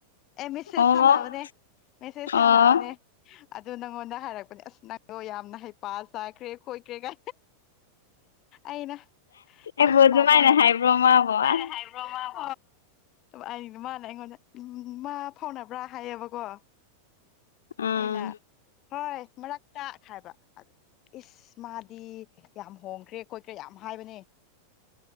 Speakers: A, on the left; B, on the left.
A: ꯑꯦ ꯃꯦꯁꯦꯖ
B: ꯑꯣ
A: ꯊꯥꯟꯅꯕꯅꯦ ꯃꯦꯁꯦꯖ
B: ꯑꯣ
A: ꯊꯥꯟꯅꯕꯅꯦ ꯑꯗꯨ ꯅꯪꯉꯣꯟꯗ ꯍꯥꯏꯔꯛꯄꯅꯦ ꯑꯁ ꯅꯪꯗꯣ ꯌꯥꯝꯅ ꯍꯩꯄꯥ ꯆꯥꯈ꯭ꯔꯦ ꯑꯩꯈꯣꯏ ꯀꯦꯒ ꯑꯩꯅ
B: ꯑꯩꯕꯨ
A: ꯅꯪ
B: ꯑꯗꯨꯃꯥꯏꯅ
A: ꯄꯥꯎ ꯐꯥꯎꯅꯕ꯭ꯔꯥ
B: ꯍꯥꯏꯕ꯭ꯔꯣ ꯃꯥꯕꯣ
A: <unintelligible>
B: ꯑꯁ
A: ꯑ ꯑꯩ ꯃꯥꯅ ꯑꯩꯉꯣꯟꯗ ꯃꯥ ꯐꯥꯎꯅꯕ꯭ꯔꯥ ꯍꯥꯏꯌꯦꯕꯀꯣ
B: ꯑꯥ
A: ꯑꯩꯅ ꯍꯣꯏ ꯃꯔꯛꯇ ꯍꯥꯏꯕ ꯑꯗꯨ ꯏꯁ ꯃꯥꯗꯤ ꯌꯥꯝ ꯍꯣꯡꯈ꯭ꯔꯦ ꯈꯣꯠꯈ꯭ꯔꯦ ꯌꯥꯝ ꯍꯥꯏꯕꯅꯦ